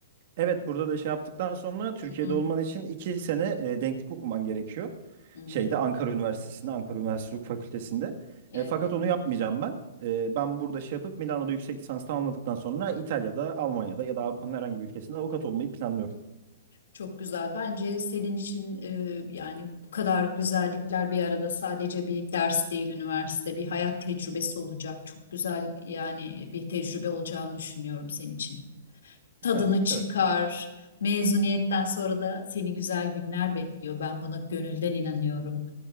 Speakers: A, on the right (about 55°); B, on the left (about 80°).
A: Evet burada da şey yaptıktan sonra Türkiye'de
B: Hı hı,
A: olman için iki sene e, denklik okuman gerekiyor.
B: hı hı.
A: Şeyde Ankara Üniversitesi'nde, Ankara Üniversitesi Hukuk Fakültesi'nde.
B: Evet.
A: E, fakat onu yapmayacağım ben. E, ben burada şey yapıp Milano'da yüksek lisans tamamladıktan sonra İtalya'da, Almanya'da ya da Avrupa'nın herhangi bir ülkesinde avukat olmayı planlıyorum.
B: Çok güzel. Bence senin için e, yani bu kadar güzellikler bir arada sadece bir ders değil üniversite bir hayat tecrübesi olacak. Çok güzel yani bir tecrübe olacağını düşünüyorum senin için. tadını
A: Ya,
B: çıkar.
A: evet.
B: Mezuniyetten sonra da seni güzel günler bekliyor. Ben buna gönülden inanıyorum.